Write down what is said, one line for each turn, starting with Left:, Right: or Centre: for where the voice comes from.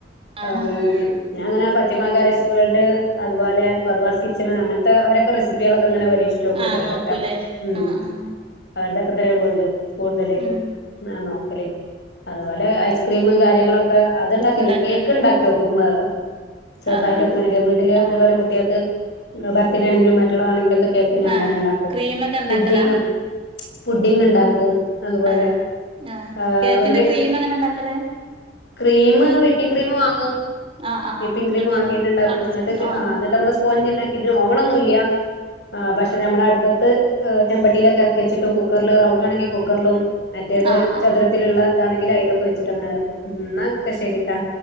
Left: ആ
Right: ആഹ്
Left: അങ്ങന ഞാങ്ങനെ ഫത്തിമാക്കാരിസ് വേൾഡ് അതുപോലെ ഫെദുവാസ് കിച്ചണ് അങ്ങൻത്തെ ഓരൊക്കെ റെസിപ്പികളക്കെങ്ങനെ പരീക്ഷ ചോക്കും
Right: ആഹ്
Left: ചെലതൊക്കെ
Right: നോക്കൂലേ
Left: മ്
Right: ആഹ് ആഹ്
Left: അവരുതൊക്കെ തന്നെ കൂട്തല്
Right: ഉം
Left: ന്ന നോക്കല് അത്പോലെ ഐസ്ക്രീം കാര്യങ്ങളൊ അത്ണ്ടാക്കല്ല്യ
Right: ഉണ്ടാക്കി
Left: കേക്ക്
Right: വെക്കും
Left: ണ്ടാക്കിക്കോക്കു മഹ് ചെറുതായിട്ടൊക്കെ
Right: ആഹ്
Left: ങ്ങനെല്ല്യേ വീട്ടില്
Right: ആഹ് ആഹ്
Left: ഇതപോലെ കുട്ട്യേക്ക് ബർത്ത്ഡേ ആണെങ്കിലും മറ്റ്ള്ളതാണെങ്കിലുംക്കെ കേക്ക് ഞാൻ
Right: ആഹ്
Left: തന്നെ ണ്ടാക്കും
Right: ക്രീമൊക്കെ ഉണ്ടാക്കലാ
Left: പുഡിങ് പുഡിങ് ണ്ടാക്കും അത്പോലെ
Right: ആഹ് ആഹ്
Left: ആ
Right: കേക്കിന്റെ
Left: ഒരു വേ
Right: ക്രീം എങ്ങനെ ഉണ്ടാക്കല്
Left: ക്രീംമ് വിപ്പിംഗ് ക്രീംമ് വാങ്ങും
Right: ആഹ് ആഹ്
Left: വിപ്പിംഗ്
Right: ആഹ്
Left: ക്രീംമ്
Right: ഇങ്ങട്ട്
Left: വാങ്ങിട്ട്ണ്ടാക്കും
Right: അടിച്ച
Left: ന്ന്ട്ട്
Right: ആഹ്
Left: ന്ന്ട്ട് അമ്മള് സ്പോഞ്ച് ണ്ടാക്കിട്ട് ഓവണൊന്നുംല്ല്യ ആഹ് പക്ഷെ ഞമ്മളട്പ്പത്ത് ആഹ് ചെമ്പട്ടിലൊക്കെ എറക്കച്ചിട്ടും കുക്കർല് റൗണ്ട് ആണെങ്കി കുക്കർലും മറ്റേത്
Right: ആഹ്
Left: ചതുരത്തിലിള്ള
Right: ആഹ്
Left: താണെങ്കി അയ്ലൊക്കെ വെച്ചിട്ട് അങ്ങനെ ആക്കും എന്നാക്കെ ശെരീട്ടാ.